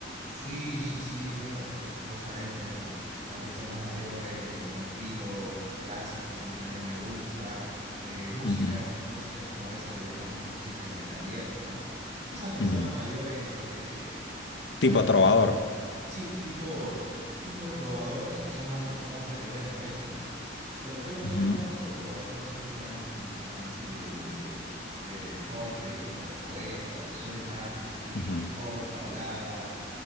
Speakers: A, on the right; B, on the left.
A: Sí, sí, sí, no, eh, vos sabés, pues, la- las personas mayores, eh, los estilos clásicos, a mí también me gusta, eh, músicas,
B: Ujú,
A: músicas como a veces le llamamos músicas del ayer, ¿no? Esas personas
B: ujú.
A: mayores, este, ah,
B: Tipo trovador.
A: sí, tipo, tipo trovador, eh, son las personas mayores a veces, pero yo no
B: Ujú,
A: soy tanto trovador, no soy tan, tan así de, de, de, de poetry, o sea, de poeta, soy más así
B: ujú.
A: pop, balada